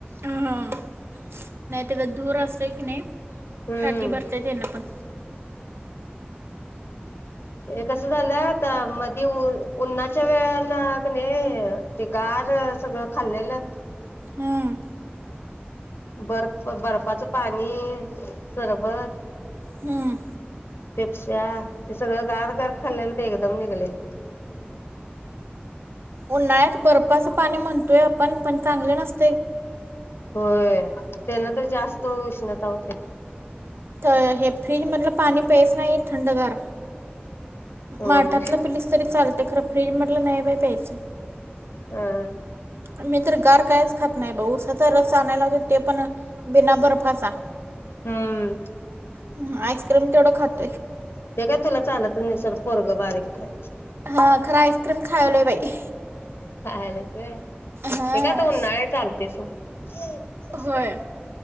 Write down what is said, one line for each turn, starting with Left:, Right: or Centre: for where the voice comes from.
Right: हं नाय तर धूर असतोय की नय
Left: हम्म.
Right: छाती भरते तेन पण
Left: एक अस् झालंय आता मधी ऊ उन्हाच्या वेळा ना क नई ते गार सगळं खाल्लेलं
Right: हम्म.
Left: बर्फ बर्फा चं पा णी सरबत
Right: हम्म.
Left: पेप्स्या ते सगळं गार गार खाल्लेल ते एकदम निघलय.
Right: उन्हाळ्यात बर्फाचं पाणी म्हणतोय आपण पण चांगलं नस
Left: होय त्यांन तर जास्त उष्ण ता होतय.
Right: त हे फ्रीज मधलं पाणी प्यायच नाईत थंडगार
Left: होय.
Right: माठातल पिलीस तरी चालतय खरं फ्रीज मधलं नाही बाई प्यायचं.
Left: हा
Right: मी तर गार कायच खात नाय ब ऊसाचा रस आणाय लावतोय ते पण बिना बर्फाचा
Left: हम्म.
Right: हं आईस्क्रीम तेवढं खात
Left: ते काय तुला चालतच नाय सोर पोरग बारीक हाय
Right: हा खर आईस्क्रीम खायालोय बाई
Left: खायालीस व्हय
Right: हां
Left: ते काय आता उन्हाळा हाय चालतय सोड
Right: होय